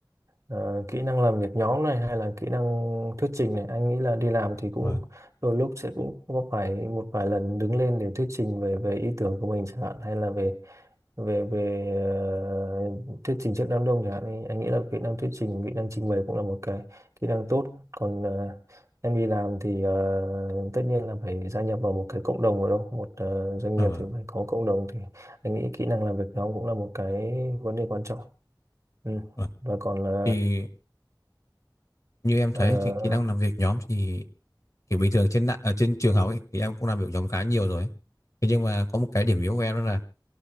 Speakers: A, on the right; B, on the left.
A: ờ, kỹ năng làm việc nhóm này hay là kỹ năng thuyết trình này anh nghĩ là đi làm thì cũng
B: Vâng,
A: đôi lúc sẽ cũng có phải một vài lần đứng lên để thuyết trình về về ý tưởng của mình chẳng hạn hay là về về về ờ, thuyết trình trước đám đông chẳng hạn thì anh nghĩ là kỹ năng thuyết trình kỹ năng trình bày cũng là một cái kỹ năng tốt còn ờ, em đi làm thì ờ, tất nhiên là phải gia nhập vào một cái cộng đồng ở đâu một ờ, doanh
B: à,
A: nghiệp
B: vâng,
A: thì phải có cộng đồng thì anh nghĩ kỹ năng làm việc nhóm cũng là một cái vấn đề quan trọng ừ.
B: vâng.
A: và còn là
B: Thì như em
A: ờ,
B: thấy thì kỹ năng làm việc nhóm thì kiểu bình thường trên nạ- ở trên trường học ấy thì em cũng làm việc nhóm khá nhiều rồi. ấy. Thế nhưng mà có một cái điểm yếu của em đó là